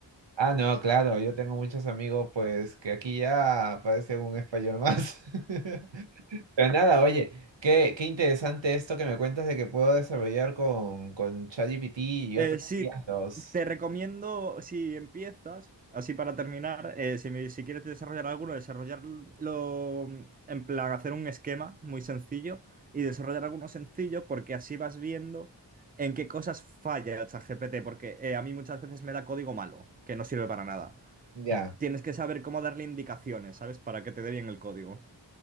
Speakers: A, on the right (about 75°); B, on the right (about 20°).
A: Ah, no, claro, yo tengo muchos amigos, pues, que aquí ya parecen un español más. <laughs> Pero nada, oye, qué, qué interesante esto que me cuentas de que puedo desarrollar con, con ChatGPT y
B: Eh,
A: otros
B: sí,
A: guías.
B: te recomiendo, si empiezas, así para terminar, eh, si, me- si quieres desarrollar alguno, desarrollarlo mm, en plan, hacer un esquema muy sencillo y desarrollar alguno sencillo porque así vas viendo en qué cosas falla el ChatGPT, porque eh, a mí muchas veces me da código malo, que no sirve para nada.
A: Ya,
B: Tienes que saber cómo darle indicaciones, ¿sabes? Para que te dé bien el código.